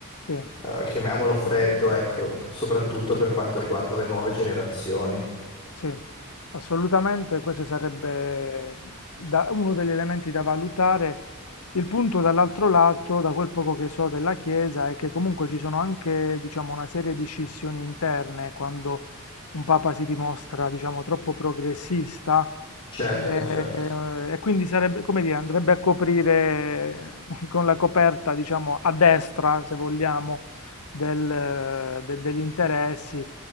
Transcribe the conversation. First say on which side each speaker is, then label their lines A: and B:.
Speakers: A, on the left; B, on the left.
A: sì,
B: eh, chiamiamolo freddo, ecco,
A: sì.
B: soprattutto per quanto riguarda le nuove generazioni.
A: Sì, assolutamente, questo sarebbe da- uno degli elementi da valutare. Il punto dall'altro lato, da quel poco che so della Chiesa, è che comunque ci sono anche, diciamo, una serie di scissioni interne quando un papa si dimostra, diciamo, troppo progressista
B: Certo,
A: eh,
B: certo.
A: e quindi sarebbe, come dire, andrebbe a coprire <laughs> con la coperta, diciamo, a destra, se vogliamo, del- de- degli interessi